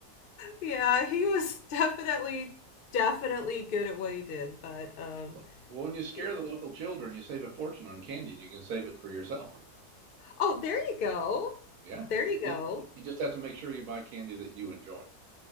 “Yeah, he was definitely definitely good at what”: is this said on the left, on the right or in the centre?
Left